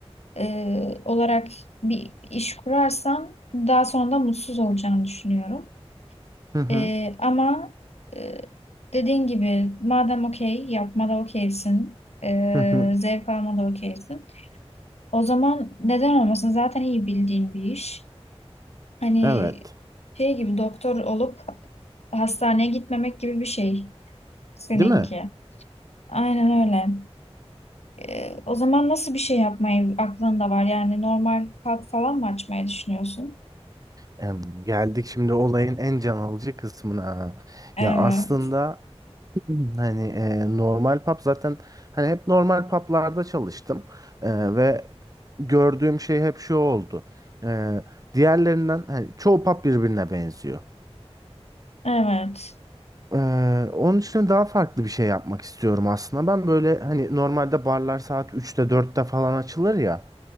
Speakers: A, on the left; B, on the right.
A: e, olarak bir iş kurarsam daha sonra da mutsuz olacağını düşünüyorum.
B: Hı hı.
A: E, ama e, dediğin gibi madem okey yapmada okeysin, e,
B: Hı hı.
A: zevk almada okeysin. O zaman neden olmasın? Zaten iyi bildiğin bir iş. Hani
B: Evet.
A: şey gibi doktor olup hastaneye gitmemek gibi bir şey seninki.
B: Değil mi?
A: Aynen öyle. Ee, o zaman nasıl bir şey yapmayı aklında var? Yani normal pub falan mı açmayı düşünüyorsun?
B: Em, geldik şimdi olayın en can alıcı kısmına.
A: Evet.
B: Ya aslında Hani e, normal pub zaten hani hep normal publarda çalıştım E, ve gördüğüm şey hep şu oldu. E, diğerlerinden hani çoğu pub birbirine benziyor.
A: Evet.
B: E, onun için daha farklı bir şey yapmak istiyorum aslında. Ben böyle hani normalde barlar saat üçte dörtte falan açılır ya.